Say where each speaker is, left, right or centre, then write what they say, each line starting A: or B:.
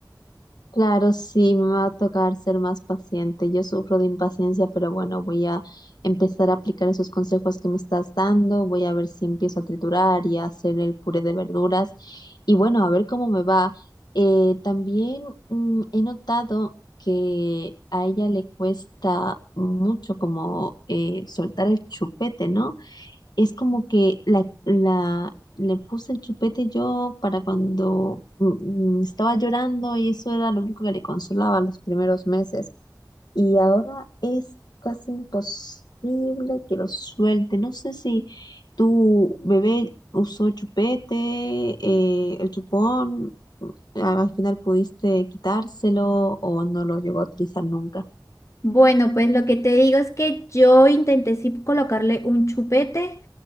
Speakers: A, on the left; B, on the left.
A: Claro, sí, me va a tocar ser más paciente. Yo sufro de impaciencia, pero bueno, voy a empezar a aplicar esos consejos que me estás dando. Voy a ver si empiezo a triturar y a hacer el puré de verduras. Y bueno, a ver cómo me va. Eh, también mm, he notado que a ella le cuesta mucho como eh, soltar el chupete, ¿no? es como que la, la, le puse el chupete yo para cuando mm, mm, estaba llorando y eso era lo único que le consolaba los primeros meses. Y ahora es casi imposible que lo suelte. No sé si tu bebé usó chupete, eh, el chupón, al al final pudiste quitárselo o no lo llegó a utilizar nunca.
B: Bueno, pues lo que te digo es que yo intenté sí colocarle un chupete,